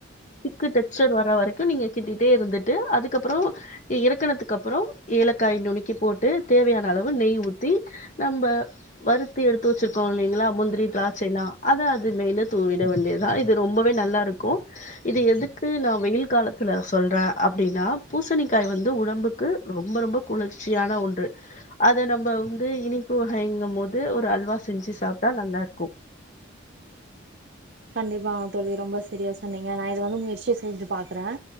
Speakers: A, on the left; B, on the right.
A: திக்கு டெக்ஸ்சர் வர்ற வரைக்கும் நீங்க கிட்டிட்டே இருந்துட்டு அதுக்கப்புறம் இறக்கனத்துக்கு அப்புறம் ஏலக்காய் நுணக்கி போட்டு தேவையான அளவு நெய் ஊற்றி நம்ம வறுத்து எடுத்து வச்சிருக்கோம் இல்லைங்களா முந்திரி திராட்சையல்லாம் அத அது நெய்யில் தூவிடுட வேண்டியதுதான் இது ரொம்பவே நல்லா இருக்கும் இது எதுக்கு நான் வெயில் காலத்துல சொல்றேன் அப்படின்னா பூசணிக்காய் வந்து உடம்புக்கு ரொம்ப ரொம்ப குளிர்ச்சியான ஒன்று அத நம்ம வந்து இனிப்பு வகைங்க போது ஒரு அல்வா செஞ்சு சாப்பிட்டா நல்லா இருக்கும்
B: கண்டிப்பா தோழி ரொம்ப சரியா சார் நீங்க நான் இதை வந்து முயற்சி செஞ்சு பாக்குறேன்